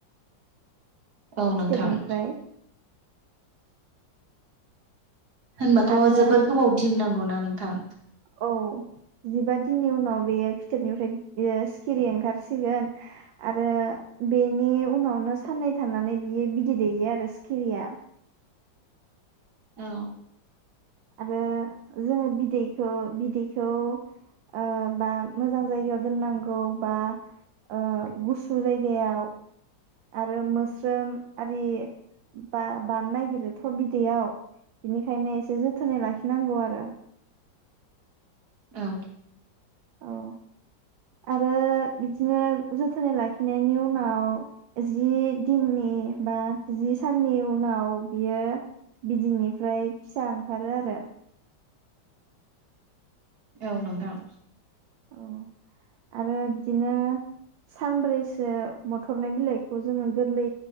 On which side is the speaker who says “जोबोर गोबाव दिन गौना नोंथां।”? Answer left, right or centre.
Right